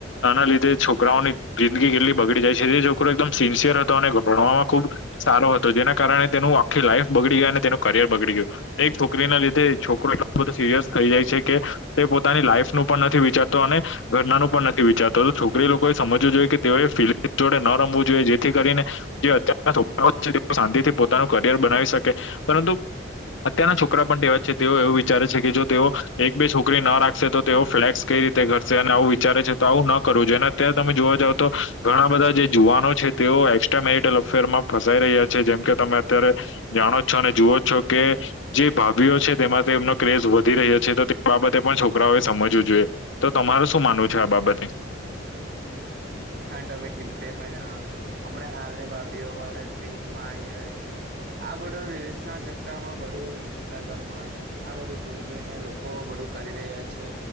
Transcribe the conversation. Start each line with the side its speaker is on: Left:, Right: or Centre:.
Left: આના લીધે છોકરાઓની જિંદગી કેટલી બગડી જાય છે તે છોકરો એકદમ સિન્સિયર હતો અને ભણવામાં ખુબ સારો હતો જેના કારણે તેનું આખી લાઈફ બગડી ગઈ અને તેનું કરિયર બગડી ગયું એક છોકરીના લીધે છોકરો એટલો બધો સિરિયસ થઈ જાય છે કે તે પોતાની લાઈફ નું પણ નથી વિચારતો અને ઘરનાનું પણ નથી વિચારતો તો છોકરી લોકોએ સમજવું જોઈએ કે તેઓએ ફીલીગ જોડે ન રમવું જોઈએ જેથી કરીને જે અત્યારના છોકરાઓ છે તે શાંતિથી પોતાનું કરિયર બનાવી શકે પરંતુ અત્યારના છોકરા પણ તેવા છે તેઓ એવું વિચારે છે કે જો તેઓ એક બે છોકરી ન રાખશે તો તેઓ ફ્લેક્સ કઈ રીતે ઘશે અને આવું વિચારે છે તો આવું ન કરવું જોઈએને અત્યારે તમે જોવા જાવ તો ઘણા બધા જે જુવાનો છે તેઓ એકક્સ્ટ્રા મેરિટલ અફેરમાં ફસાઈ રહ્યા છે છે જેમ કે તમે અત્યારે જાણો છો અને જુઓ છો કે જે ભાભીઓ છે તેમાં તેમનો ક્રેઝ વધી રહ્યો છે તો તે બાબતે પણ છોકરાઓએ સમજવું જોઈએ તો તમારું શું માનવું છે આ બાબતે
Right: હા તમે કીધું તેમજ હમણાં હાલની ભાભીઓ વાળા ક્રેઝમાં આવી રહે છે આ બધું રીલ્સ ના ચક્કામાં બધું ઇન્સ્ટાગ્રામમાં આ બધું જોઈ જોઈને લોકો બધું કરી રહ્યા છે